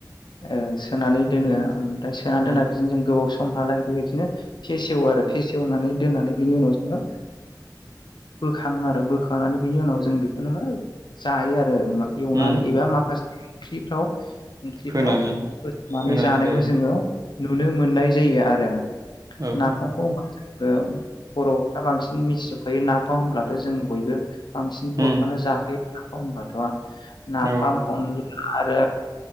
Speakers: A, on the left; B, on the right.
A: ओ सोनानै
B: उम
A: दोनो ओमफ्राय सोना
B: उम
A: दोना बिदिनो जों गोबाव सम हालागै बेबायदिनो फेसेवो आरो फेसेवनानै दोननानै बेनि उनाव जोङो बोखाङो आरो बोखांनानै बिनि उनाव जों बेखौनो मा जायो आरो आरो एवनानै
B: उम
A: एबा माखासे ओंख्रिफ्राव फिख्रिफ्राव
B: होनानै
A: फोसनानै
B: होनानै
A: जानायखौ
B: जायो
A: जोङो । नुनो मोननाय जायो आरो।
B: औ
A: नाफामखौ
B: औ
A: बांसिनबो बर' फोरा बांसिन मिथिजोबखायो ना फाव होनब्लाथ' जों बयबो। बांसिन बर'फ्रानो
B: उम
A: जाखायो। <inaudible> <unintelligible> नाफाम
B: औ
A: अन आरो